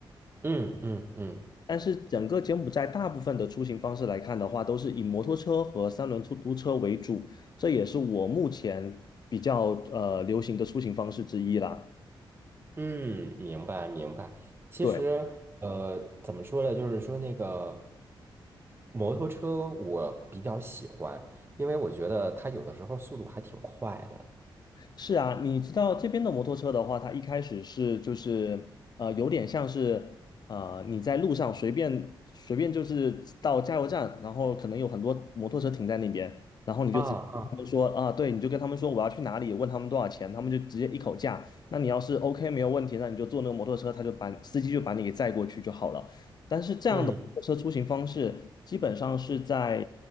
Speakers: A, on the right; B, on the left.
A: 嗯嗯嗯
B: 但是整个柬埔寨大部分的出行方式来看的话，都是以摩托车和三轮出租车为主，这也是我目前比较呃流行的出行方式之一啦。
A: 嗯，明白明白。其实，
B: 对。
A: 呃，怎么说呢？就是说那个摩托车，我比较喜欢，因为我觉得它有的时候速度还挺快的。
B: 是啊，你知道这边的摩托车的话，它一开始是就是呃，有点像是呃，你在路上随便随便就是到加油站，然后可能有很多摩托车停在那边，然后你就直接跟他们说啊，
A: 啊啊，
B: 对，你就跟他们说我要去哪里，问他们多少钱，他们就直接一口价。那你要是 OK 没有问题，那你就坐那个摩托车，他就把司机就把你给载过去就好了。但是这样的摩托车出行方式，
A: 嗯，
B: 基本上是在